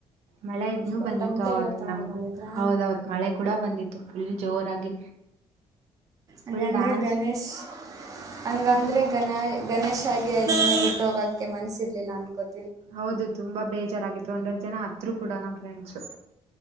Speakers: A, on the right; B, on the right.
A: ಮಳೆ
B: ಓ
A: ಬಂದಿತ್ತು
B: ಟಮಟೆ
A: ಅವತ್
B: ಎಲ್ಲ ತಗೊಂಡ್
A: ನಮ್
B: ಬಂದಿದ್ರಾ
A: ಹೌದ ಅವತ್ ಮಳೆ ಕೂಡ ಬಂದಿತ್ತು ಫುಲ್ ಜೋರಾಗಿ ಫುಲ್
B: ಅಂಗಾಂದ್ರೆ
A: ಡ್ಯಾನ್ಸ್
B: ಗಣೇಶ್ ಅಂಗಾಂದ್ರೆ
A: ಹ್ಮ್
B: ಗಣಾಯ ಗಣೇಶ ಹಾಗೆ ನೀನ್ನ ಬಿಟ್ಟು ಹೋಗೋಕ್ಕೆೆ ಮನಸಿರ್ಲಿಲ್ಲ ಅನ್ಕೋತ
A: ಹೌದು ತುಂಬಾ ಬೇಜಾರಾಗಿತ್ತು ಒಂದಷ್ಟು ಜನ ಅತ್ರರು ಕೂಡ ನಮ್ ಫ್ರೆಂಡ್ಸ